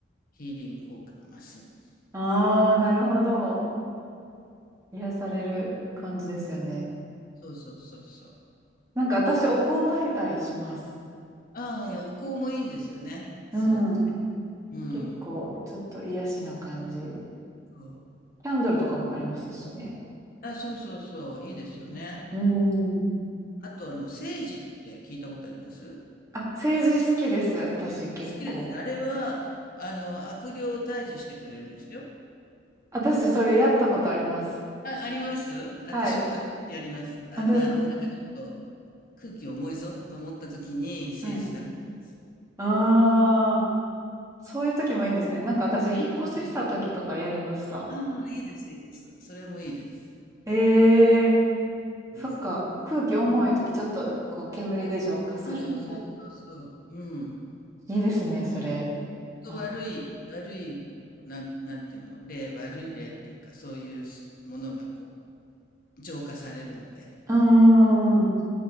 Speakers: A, on the left; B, on the right.
A: ヒーリング効果が増すんです。
B: ああ、なるほど。癒される感じですよね。
A: そうそうそうそう。
B: なんか私、お香焚いたりします。
A: ああ、いや、お香もいいんですよね。すごくね。
B: うん。
A: うん。
B: 結構、ちょっと癒しな感じ。
A: そう。
B: キャンドルとかもありますしね。
A: あ、そうそうそう、いいですよね。
B: うんうーん。
A: あと、あの、セージって聞いたことあります
B: あ、政治好きです。私結構。
A: 好きです。あれは、あの、悪霊を退治してくれるんですよ。
B: 私それやったことあります。
A: あ、あります私も時々やります。
B: はい。
A: あ、
B: あ、ですか
A: な、なんかちょっと空気重いぞと思った時に政治宅です。
B: はい。ああ、そういう時もいいんですね。なんか私、引っ越しした時とかやりました。
A: うん。ああ、いいです、いいです。それもいいです。
B: ええ
A: いいです、
B: ー、そっか。
A: いいです。
B: 空気重い時ちょっとこう煙で浄化するみたいな。
A: うん。あ、そうそうそうそう。うん。
B: いいですね、それ。
A: と悪い、
B: あ、
A: 悪いもう、なん、なんていうの、例、悪い例っていうか、そういうものがこう、浄化されるので。
B: うーん。